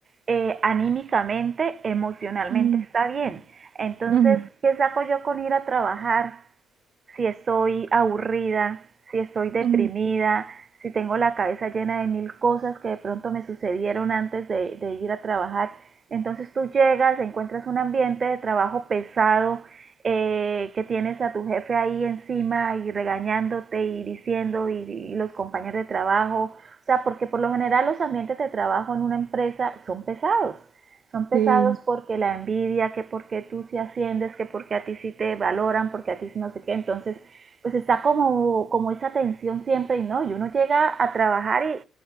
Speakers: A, on the right; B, on the right.
A: eh, anímicamente, emocionalmente
B: Mm,
A: está bien. Entonces,
B: ujú,
A: ¿qué saco yo con ir a trabajar? si estoy aburrida, si estoy deprimida,
B: ujú,
A: si tengo la cabeza llena de mil cosas que de pronto me sucedieron antes de, de ir a trabajar. Entonces tú llegas, encuentras un ambiente de trabajo pesado, eh, que tienes a tu jefe ahí encima y regañándote y diciendo y, y los compañeros de trabajo, o sea, porque por lo general los ambientes de trabajo en una empresa son pesados son pesados
B: Sí.
A: porque la envidia, que porque tú sí asciendes, que porque a ti sí te valoran, porque a ti sí no sé qué, entonces pues está como, como esa tensión siempre y no, y uno llega a trabajar y,